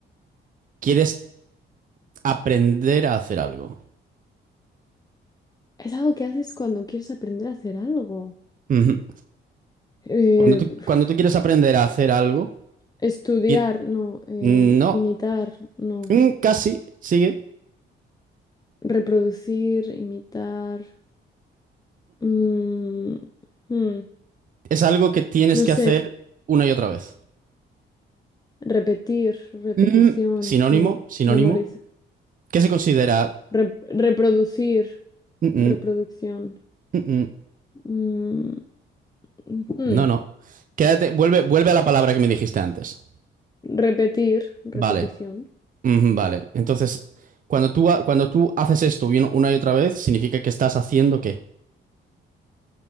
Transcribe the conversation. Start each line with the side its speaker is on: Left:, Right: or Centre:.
Right: quieres aprender a hacer algo.
Left: Es algo que haces cuando quieres aprender a hacer algo.
Right: Ujú.
Left: Eh,
Right: Cuando tú,
Left: uf,
Right: cuando tú quieres aprender a hacer algo.
Left: estudiar,
Right: y-
Left: no. eh,
Right: No,
Left: imitar, no.
Right: mm, casi, sigue.
Left: Reproducir, imitar. mm, mm,
Right: Es algo que tienes
Left: no
Right: que
Left: sé.
Right: hacer una y otra vez.
Left: Repetir, repetición,
Right: Mm, sinónimo,
Left: mem-
Right: sinónimo.
Left: memorizar.
Right: ¿Qué se considera?
Left: rep- reproducir,
Right: Mm,
Left: reproducción.
Right: mm, mm, mm.
Left: mm, ujú,
Right: No, no. Quédate, vuelve, vuelve a la palabra que me dijiste antes.
Left: Repetir, repetición.
Right: Vale, ujú, vale. Entonces, cuando tú, ha- cuando tú haces esto y un- una y otra vez, significa que estás haciendo qué?